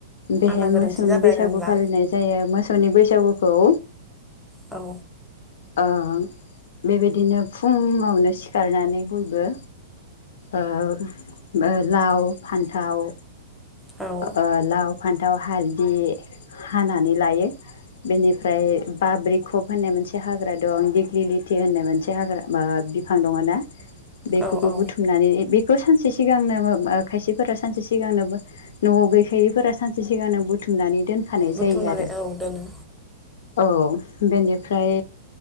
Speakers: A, on the left (about 65°); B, in the centre.
A: बेहाय
B: आंना गोरोन्थि
A: मोसौनि
B: जाबाय
A: बैसागु
B: आरो होनब्ला
A: फालिनाय जायो मोसौनि बैसागुखौ।
B: औ।
A: औ बेबायदिनो फुङावनो सिखारनानै बयबो ओ लाव फान्थाव
B: औ
A: ओ लाव फान्थाव हालदि हानानै लायो बेनिफ्राय बाब्रि खप होननाय मोनसे हाग्रा दं दिगलिलिथि होननाय मोनसे हाग्रा मा बिब फां दङ ना बेखौबो
B: औ औ
A: बुथुमनानै बे खौ सानसे सिगांनो खायसेफोरा सानसे सिगांनोबो न'आव गैखायैफोरा सानसे सिगांनो बुथुमनानै दोन खानाय
B: बुथुमनानै
A: जायो आरो
B: औ दोनो
A: औ बेनिफ्राय